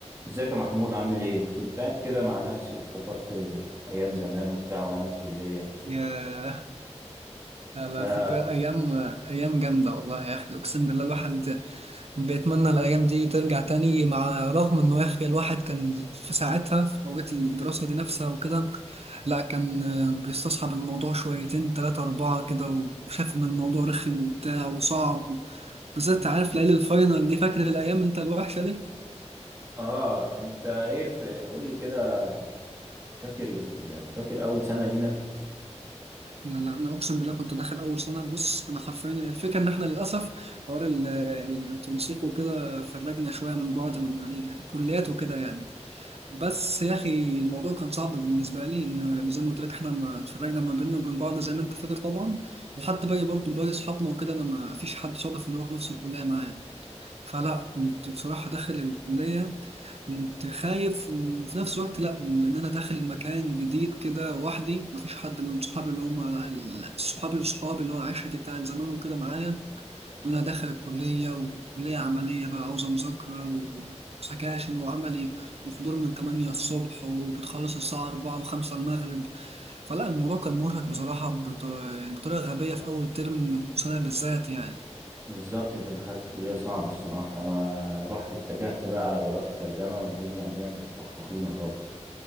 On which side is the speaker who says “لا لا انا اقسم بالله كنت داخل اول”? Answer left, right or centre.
Right